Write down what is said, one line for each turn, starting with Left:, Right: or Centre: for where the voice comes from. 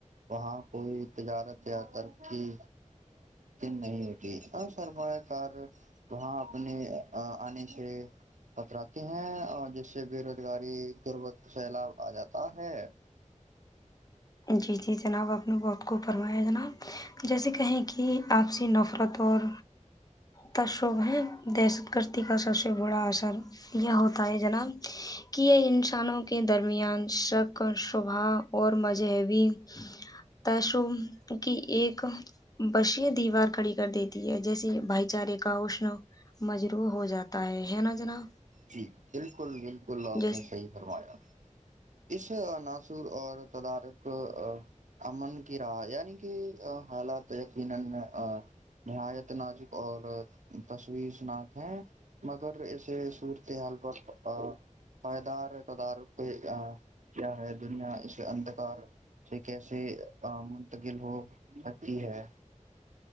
Right: وہاں کوئی تجارت یا ترکی نہیں ہوتی ہاں شرمایا کار وہاں اپنے آنے سے کتراتے ہیں اور جیسے بے روزگاری قربت سیلاب آ جاتا ہے
Left: جی جی جناب آپ نے بہت خو ب فرمایا جناب جیسے کہیں کہ آپسی نفرت اور تشب ہے دہشت گردی کا سب سے بڑا اثر یہ ہوتا ہے جناب کہ یہ ان ک تھھانوں کے درمیان شک کا شبہ اور مزے ہے بھی تشو کی ایک بشیہ دیوار کھڑی کر دیتی ہے جیسے بھائی چارے کا اشن مجروح ہو جاتا ہے ہے نا جناب
Right: جی بالکل بالکل آپ
Left: جیس
Right: نے صحیح فرمایا <inaudible> فائدار ہے تو دار کو کیا ہے دنیا اس اندھکار سے کیسے منتقل ہو سکتی ہے